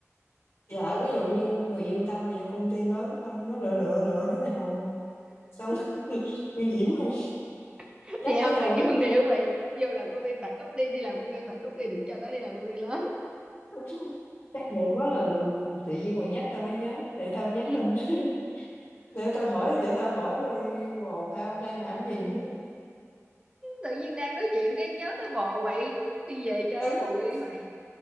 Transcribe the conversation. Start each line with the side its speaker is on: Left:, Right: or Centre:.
Left: Dạ ví dụ như người yêu tao mà vô công ty lớn xong nó lựa lựa lựa đứa nào xong <laughs> nguy hiểm mà
Right: <laughs>
Left: nhắc
Right: Vậy
Left: cái
Right: thôi
Left: tao
Right: mày kêu người yêu mày vô làm công ty startup đi, đi làm công ty startup đi, đừng cho nó đi làm công ty lớn. <laughs>
Left: <laughs> chắc vậy quá ừ. tự nhiên mày nhắc tao mới nhớ để tao nhắn
Right: Ừ.
Left: tin <laughs> để tao hỏi để tao hỏi coi bồ tao đang làm cái gì
Right: Tự nhiên đang nói chuyện cái nhớ tới bồ vậy, đi về chơi
Left: tao
Right: với bồ đi mày.